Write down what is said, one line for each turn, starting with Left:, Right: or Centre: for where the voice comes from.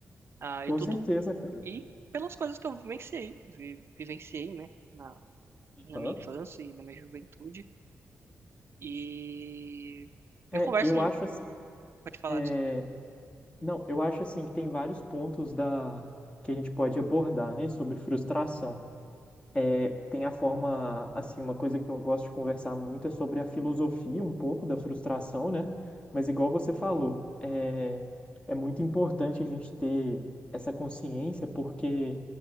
Right: Ah, e
Left: com
Right: tudo
Left: certeza, cara.
Right: E pelas coisas que eu vivenciei, vi- vivenciei, né, na, na
Left: Aham.
Right: minha infância e na minha juventude. E
Left: É,
Right: eu converso
Left: eu
Right: muito,
Left: acho assim,
Right: pode falar,
Left: é,
Right: desculpa.
Left: não, eu acho assim que tem vários pontos da que a gente pode abordar, né, sobre frustração. É, tem a forma, assim, uma coisa que eu gosto de conversar muito é sobre a filosofia um pouco da frustração, né? Mas igual você falou, é, é muito importante a gente ter essa consciência porque